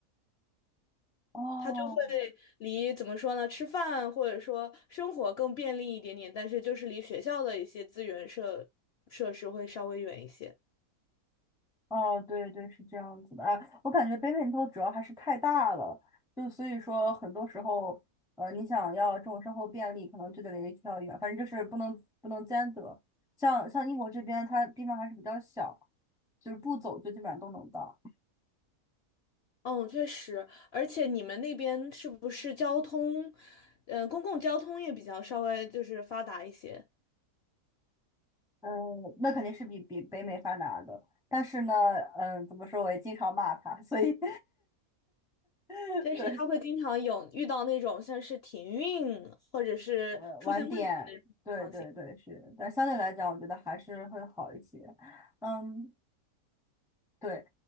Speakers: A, in the centre; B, on the left.
A: 哦，
B: 它就会离怎么说呢，吃饭或者说生活更便利一点点，但是就是离学校的一些资源设设施会稍微远一些。
A: 哦，对对，是这样子的啊。我感觉北美头主要还是太大了，就所以说很多时候，呃，你想要这种生活便利，可能就得离学校远，反正就是不能不能兼得。像像英国这边，它地方还是比较小，就是不走就基本上都能到。
B: 嗯，确实，而且你们那边是不是交通，嗯、公共交通也比较稍微就是发达一些，
A: 嗯，那肯定是比比北美发达的。但是呢，嗯，怎么说，我也经常骂它，所以 <laughs>
B: 但是它会经常有遇到那种像是停运或者是出现问题的那种情况
A: 对，呃，晚点，对对对，是。但相对来讲，我觉得还是会好一些。嗯，对，